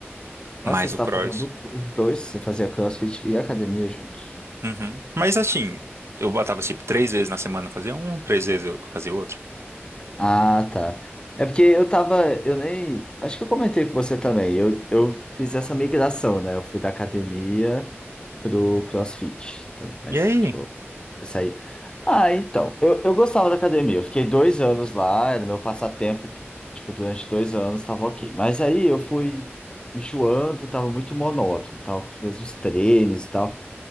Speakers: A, on the right; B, on the left.
A: Mais
B: Nossa, você
A: o
B: tá
A: cross.
B: fazendo os dois, você fazia CrossFit e academia juntos.
A: Uhum. Mas assim, eu botava, tipo, três vezes na semana eu fazia um, três vezes eu fazia outro.
B: Ah, tá. É porque eu tava, eu nem, acho que eu comentei com você também. Eu, eu fiz essa migração, né? Eu fui da academia pro CrossFit também, mas
A: E aí?
B: tipo, eu saí. Ah, então, eu, eu gostava da academia. Eu fiquei dois anos lá, era meu passatempo, tipo, durante dois anos tava ok. Mas aí eu fui enjoando, tava muito monótono, tava com os mesmos treinos e tal.